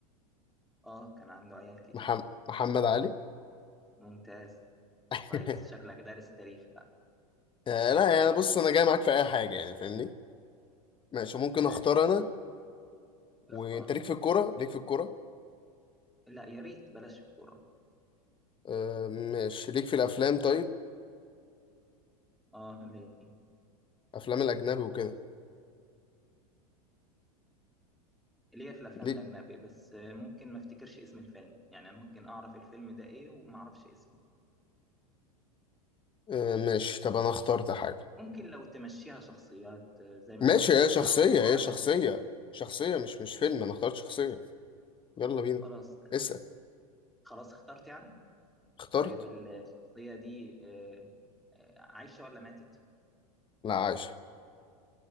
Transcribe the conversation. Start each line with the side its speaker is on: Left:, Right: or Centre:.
Centre: اه كان عنده عيال كتير
Left: محم- محمد علي
Centre: ممتاز
Left: <laughs>
Centre: كويس شكلك دارس تاريخ بقى
Left: آه لا يعني بص انا جاي معاك في اي حاجه يعني فاهمني ماشي ممكن
Centre: تمام
Left: اختار
Centre: ماشي
Left: انا
Centre: اختار
Left: وانت ليك في الكوره ليك في الكوره
Centre: لا يا ريت بلاش الكورة
Left: آه ماشي ليك في الافلام طيب
Centre: اه ليه
Left: افلام الاجنبي وكده
Centre: ليه في الأفلام
Left: ليك
Centre: الأجنبي بس ممكن ما افتكرش اسم الفيلم يعني أنا ممكن أعرف الفيلم ده إيه وما أعرفش اسمه
Left: آه ماشي طب انا اخترت حاجه
Centre: ممكن لو تمشيها شخصيات آه، زي ما
Left: ماشي
Centre: أنا قلت
Left: هي شخصيه
Centre: أو حاجات
Left: هي شخصيه شخصيه مش مش فيلم انا اخترت شخصيه يلا بينا
Centre: خلاص
Left: اسال
Centre: خلاص اخترت يعني
Left: اخترت
Centre: طيب الشخصية دي آه، آه، عايشة ولا ماتت؟
Left: لا عايشه